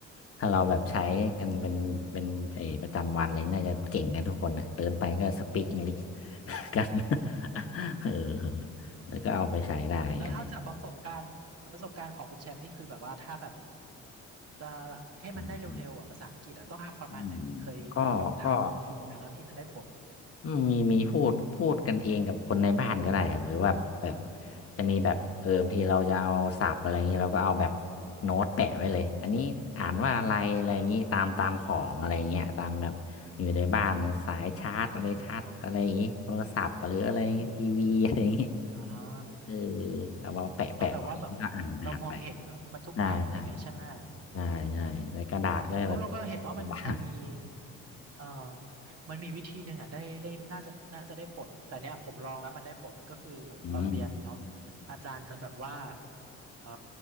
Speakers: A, on the left; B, on the right.
A: ถ้าเราแบบใช้กันเป็นเป็นไอ้ประจำวันเลยน่าจะเก่งกันทุกคนเน่ยเดินไปก็สปีกอังกฤษ
B: อืม
A: กัน <laughs> เออ
B: อืมอืม
A: แล้วก็เอาไปใช้ได้อะไรอย่างงี
B: แล้วแล้วถ้าจากประสบการณ์ประสบการณ์ของคุณแชมป์นี่คือแบบว่าถ้าแบบจะให้มันได้เร็วๆอ่ะภาษาอังกฤษอ่ะต้องทำประมาณไหนเคยแบบลองทำลองฝึกไหมแล้วที่มันได้ผล
A: ้ อืมก็ก็อืมมีมีพูดพูดกันเองกับคนในบ้านก็ได้ครับหรือว่าแบบจะมีแบบเออบางทีเราจะเอาศัพท์อะไรอย่างนี้เราก็เอาแบบ
B: อ๋อ
A: โน้ตแปะไว้เลยอันนี้อ่านว่าอะไรอะไรอย่างนี้ตามตามของอะไรเงี้ยตามแบบอยู่ในบ้านนะสายชาร์จอะไรชาร์จอะไรอย่างนี้โทรศัพท์หรืออะไรอย่างงี้ทีวีอะไรอย่างนี้
B: เออเอออืมอ๋อ
A: เออเอามาแปะแปะไว้แล้วก็อ่านอ่านไป
B: เอาแบบว่าแบบเรามองเห็นมันทุกวันอะไรอย่างเงี้ยใช่ไหม
A: ใช่ใช่ใช่ใช่ในกระดาษก็จะแบบเป็นบ้าง
B: โอ้เราก็เห็นว่ามันมันมีเอ่อมันมีวิธีหนึ่งอ่ะได้ได้น่าจะน่าจะได้ผลแต่เนี้ยผมลองแล้วมันได้ผลก็คือแบบตอนเรียนเนาะ
A: อืม
B: อาจารย์จะแบบว่าเอ่อ